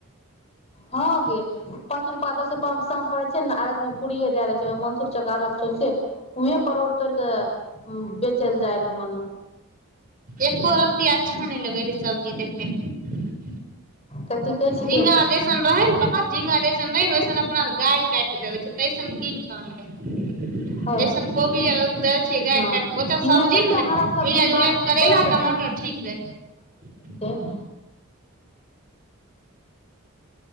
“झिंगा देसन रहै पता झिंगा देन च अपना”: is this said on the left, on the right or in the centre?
Right